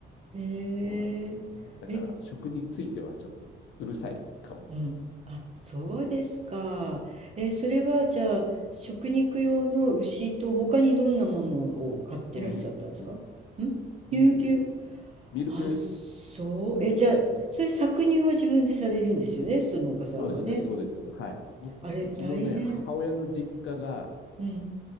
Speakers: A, on the right; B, on the left.
A: へえ。
B: そうなんですよ。だから、
A: え、
B: 食についてはちょっとうるさいかも。
A: うん。あ、そうですか。え、それはじゃあ、食肉用の牛と他にどんなものを飼ってらっしゃったんですかん
B: 乳牛ですね。乳牛。
A: 乳牛。
B: ミルク、
A: あ、そう。
B: ミルクですね。
A: え、じゃあ、それ搾乳は自分でされるんですよね、その農家さんがね。
B: そうですね、そうです。はい。僕、
A: あれ、
B: うちのね、
A: 大変。
B: 母親の実家が、
A: うん。